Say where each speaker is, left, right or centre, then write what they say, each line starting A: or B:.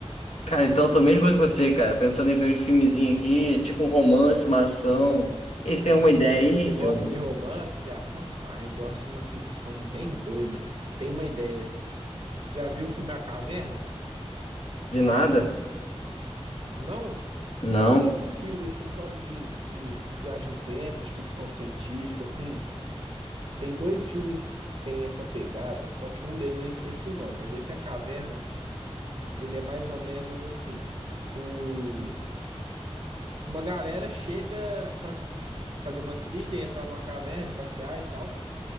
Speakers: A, on the left (about 85°); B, on the right (about 60°).
A: Cara, então eu tô a mesma coisa que você, cara. Pensando em ver uns filmezinhos aqui, tipo um romance, uma ação. Eles têm
B: Ah,
A: alguma
B: você
A: ideia aí
B: gosta
A: de um
B: de romance, de ação? Ah, eu gosto de umas ficção bem doida. Tem uma ideia. Já viu o filme A Caverna?
A: de nada?
B: Não?
A: Não,
B: Eu adoro esses filmes assim, sabe? De, de viagem no tempo, de ficção científica, assim. Tem dois filmes que tem essa pegada, só que um deles eu esqueci o nome, mas esse é A Caverna. Ele é mais ou menos assim, o uma galera chega pra tipo, fazer uma trilha, entrar numa caverna, e passear e tal.